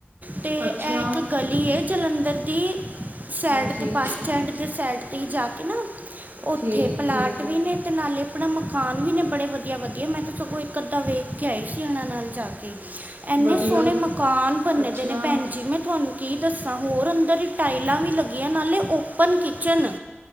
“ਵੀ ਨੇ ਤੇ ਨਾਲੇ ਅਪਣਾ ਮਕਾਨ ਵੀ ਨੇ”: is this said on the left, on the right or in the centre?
Right